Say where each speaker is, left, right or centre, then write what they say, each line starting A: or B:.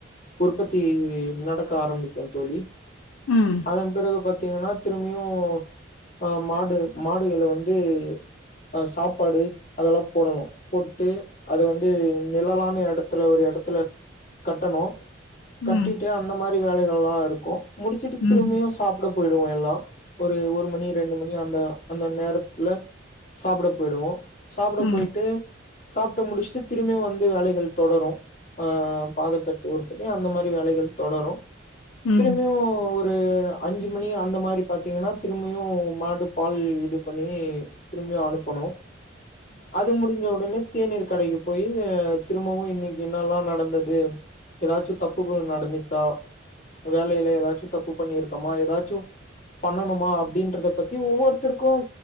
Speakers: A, on the left; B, on the left.
A: உற்பத்தி நடக்க ஆரம்பிக்கு தோழி
B: ம்
A: அதன் பிறகு பாத் த்தீங்கனா திரும்பியு ஆ மாடு மாடுகள் வந்து அ சாப்பாடு அதெல்லா போடணு போட்டு அது வந்து நிழலான எடத்துல ஒரு எடத்துல கட்டனூ கட்டிட்டு
B: ம்
A: அந்த மா ரி வேலைகள்லா இருக்கு முடிச்சுட்டு
B: ம்
A: திரும்பியு சாப்புட போயிடுவோ எல்லா ஒரு ஒரு மணி ரெண்டு ம ணி அந்த அந்த நேரத்துல சாப்புட போயிடுவோ சாப்புட
B: ம்
A: போயிட்டு சாப்ட்டு முடுச்சுட்டு திரும்பியு வந்து வேலைகள் தொடரு ஆ பாகத்த <unintelligible> அந்த மாரி வேலைகள் தொடரு
B: ம்
A: திரும்பியு ஒ ரு அஞ்சு மணி அந்த மாரி பாத்தீங்கனா திரும்பியு மாடு பால் இது பண்ணி திரும்பியு அனுப்பணு அது முடிஞ்ச உடனே தேநீீர் கடைக்கு போய் திரும்பவு இன்னைக்கு என்னல்லா நடந்தது எதாச்சு தப்பு நடந்துச்சா வேலைல எதாச்சு தப்பு பண்ணிருக்கமா எதாச்சு பண்ணணுமா அப்டின்றத பத்தி ஒவ்வொருத்தருக்கு